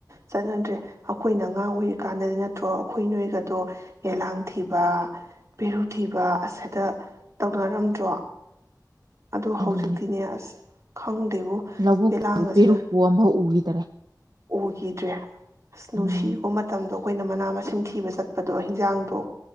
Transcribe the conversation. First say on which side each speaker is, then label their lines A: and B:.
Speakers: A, on the right; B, on the right.
A: ꯆꯠꯅꯗ꯭ꯔꯦ ꯑꯩꯈꯣꯏꯅ ꯑꯉꯥꯡ ꯑꯣꯏꯔꯤ ꯀꯥꯟꯗꯗꯤ ꯅꯠꯇ꯭ꯔꯣ ꯑꯩꯈꯣꯏ ꯅꯣꯏꯒꯗꯣ ꯌꯦꯂꯥꯡ ꯊꯤꯕ ꯄꯦꯔꯨ ꯊꯤꯕ ꯑꯁꯤꯁꯗ ꯇꯧꯅꯔꯝꯗ꯭ꯔꯣ ꯑꯗꯨ
B: ꯑꯗꯨꯅꯤ
A: ꯍꯧꯖꯤꯛꯇꯤꯅꯦ ꯑꯁ ꯈꯪꯗꯦꯕ
B: ꯂꯧꯕꯨꯛꯄꯨ
A: ꯌꯦꯂꯥꯡ ꯑꯁꯤꯅ
B: ꯄꯦꯔꯨꯛꯄꯨ ꯑꯝꯐꯥꯎ ꯎꯈꯤꯗꯔꯦ
A: ꯎꯈꯤꯗ꯭ꯔꯦ ꯑꯁ ꯅꯨꯡꯁꯤꯕ
B: ꯎꯝ
A: ꯃꯇꯝꯗ ꯑꯗꯣ ꯑꯩꯈꯣꯏꯅ ꯃꯅꯥ ꯃꯁꯤꯡ ꯊꯤꯕ ꯆꯠꯄꯗꯣ ꯍꯤꯟꯖꯥꯡꯗꯣ